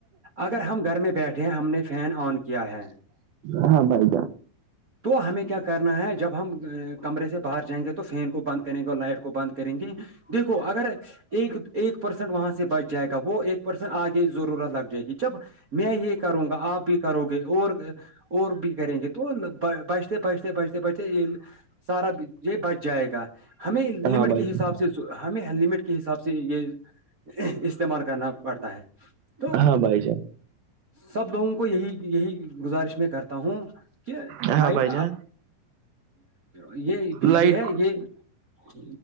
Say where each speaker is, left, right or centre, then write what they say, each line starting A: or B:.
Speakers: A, on the right; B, on the right.
A: اگر ہم گھر میں بیٹھے ہیں ہم نے پھر فین آن کیا ہے
B: ہاں بائی
A: تو ہمیں کیا کرنا ہے جب ہم کمرے سے باہر جائیں گے تو فین کو بند کریں گے لائٹ کو بند کریں گے دیکھو اگر ایک ایک پرسینٹ وہاں سے بچ جائے گا وہ ایک پرسن آگے ضرورت لگ جائے گی جب میں یہ کروں گا آپ بھی کرو گے اور اور بھی کریں گے تو بیجتے بیجتے بیجتے بیجتے سارا یہ بچ جائے گا ہمیں لمٹ
B: ہاں بھائی
A: کے حساب
B: جان
A: سے ہمیں ہیلمیٹ کے حساب سے یہ استعمال کرنا پڑتا ہے تو
B: ہاں بھائی جان
A: سب لوگوں کو یہی یہی گزارش میں کرتا ہوں کہ
B: ہاں
A: لائٹ
B: بھائی جان
A: یہ بجلی
B: لائٹ
A: ہے یہ